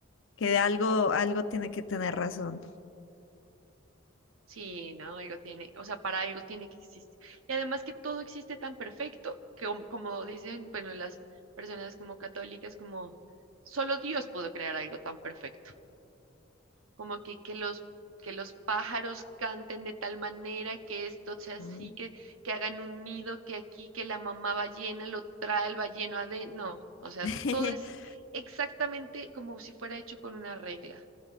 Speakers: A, on the left; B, on the right.
A: que de algo, algo tiene que tener razón.
B: Sí, no, algo tiene, o sea, para algo tiene que existir. Y además que todo existe tan perfecto que como, como dicen, bueno, las personas como católicas, como solo Dios pudo crear algo tan perfecto, como que, que los, que los pájaros canten de tal manera que esto sea así,
A: Mm.
B: que, que hagan un nido, que aquí, que la mamá ballena lo trae al balleno adentro. No, o sea,
A: <laughs>
B: todo es exactamente como si fuera hecho con una regla,